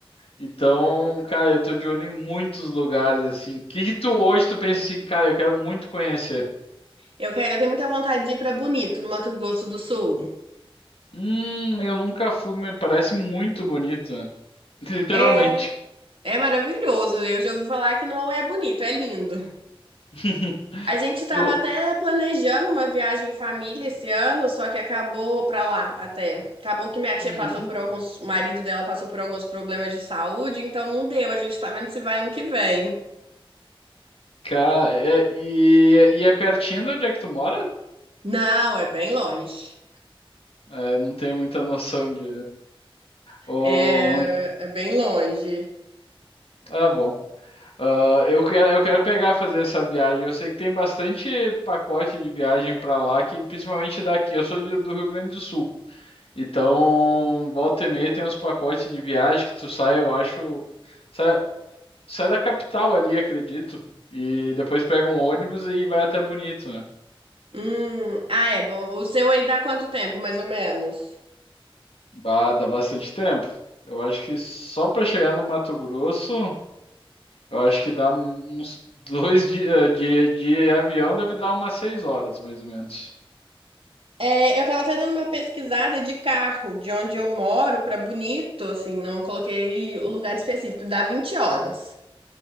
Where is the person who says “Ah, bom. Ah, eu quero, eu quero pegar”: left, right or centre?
Left